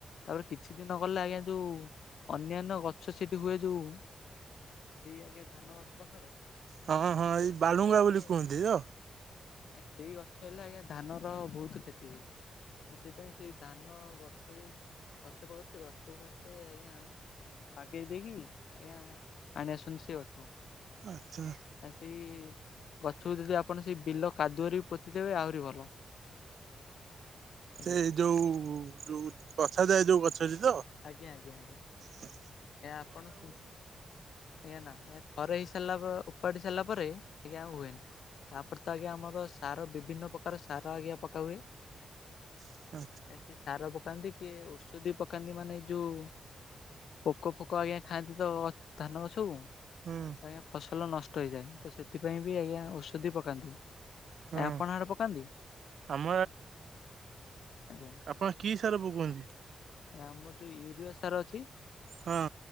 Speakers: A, on the left; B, on the right.
A: ତାପରେ କିଛି ଦିନ ଗଲେ ଆଜ୍ଞା ଯୋଉ ଅନ୍ୟାନ୍ୟ ଗଛ ସେଠି ହୁଏ ଯୋଉ। ସେଇ ଆଜ୍ଞା ଧାନ ଗଛ ପାଖରେ।
B: ହଁ ହଁ
A: ସେଇ
B: ଏଇ
A: ଗଛ
B: ବାଲୁଙ୍ଗା
A: ଆଜ୍ଞା
B: ବୋଲି କୁହନ୍ତି ତ
A: ସେଇ ଗଛ ହେଲେ। ଆଜ୍ଞା ଧାନର ବହୁତ କ୍ଷତି ହୁଏ। ସେଥିପାଇଁ ସେ ଧାନ ଗଛ ବି ଗଛ ପାଖରେ ସେ ଗଛକୁ ଫାଷ୍ଟେ ଆଜ୍ଞା। ବାଗେଇ ଦେଇକି ଆଜ୍ଞା ଆଣିଆସନ୍ତି। ସେ ଗଛକୁ।
B: ଆଚ୍ଛା।
A: ଆ ସେଇ ଗଛକୁ ଯଦି ଆପଣ ସେଇ ବିଲ କାଦୁଅରେ ପୋତିଦେବେ ଆହୁରି ଭଲ।
B: ସେଇ
A: ଆଜ୍ଞା
B: ଯୋଉ ଯୋଉ ବସାଯାଏ ଯୋଉ ଗଛରେ ତ।
A: ଆଜ୍ଞା, ଆଜ୍ଞା, ଆଜ୍ଞା।
B: ହଁ।
A: ଏହା ଆପଣ। ହୁଏନା। ଥରେ ହେଇ ସାରିଲା ପରେ ଉପାଡି ସାରିଲା ପରେ ଆଜ୍ଞ୍ୟା ଆଉ ହୁଏନି। ତାପରେ ତ ଆଜ୍ଞା ଆମର ସାର ବିଭିନ୍ନ ପ୍ରକାର ସାର ଆଜ୍ଞା ପକା ହୁଏ।
B: ଆଚ୍ଛା
A: ଆଜ୍ଞ୍ୟା ସାର ପକାନ୍ତି କି ଓଷଧି ପକାନ୍ତି ମାନେ ଯୋଉ। ପୋକ ଫୋକ ଆଜ୍ଞା ଖାଆନ୍ତି ତ ଧାନ ଗଛକୁ।
B: ହଁ।
A: ଆଜ୍ଞା ଫସଲ ନଷ୍ଟ ହେଇଯାଏ। ତ ସେଥିପାଇଁ ବି ଆଜ୍ଞା ଔଷଧି ପକାନ୍ତି।
B: ହୁଁ
A: ଆଜ୍ଞ୍ୟା ଆପଣ ଆଡେ ପକାନ୍ତି।
B: ଆମ
A: ଆଜ୍ଞା।
B: ହଁ କି ସାର ପକାନ୍ତି।
A: ଆମର ଯୋଉ ୟୁରିଆ ସାର ଅଛି।
B: ହଁ।